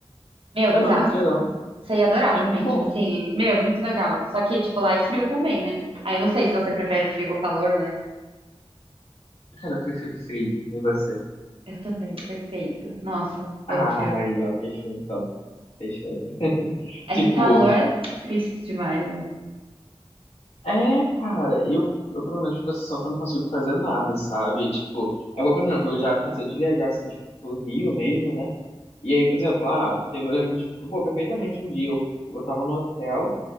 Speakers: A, on the right; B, on the left.
A: Meu,
B: Caramba,
A: bizarro.
B: que legal.
A: Você ia adorar
B: Tem
A: também,
B: bom.
A: tipo assim, meu, muito legal. Só que, tipo, lá é frio também, né? Aí eu não sei se você prefere frio ou calor, né?
B: Cara, eu prefiro frio. E você?
A: Eu também, perfeito. Nossa, amo
B: Ah,
A: frio.
B: aí, ó, fechou então. Fechou.
A: É
B: Tipo,
A: que calor é triste demais, né?
B: é, cara, eu, eu pelo menos fico a sensação que eu não consigo fazer nada, sabe? Tipo, agora, por exemplo, eu já cansei de viajar, assim, tipo, pro Rio mesmo, né? E aí, por exemplo, ah, teve- eu lembro de, tipo, pô, perfeitamente um dia eu, eu tava no hotel.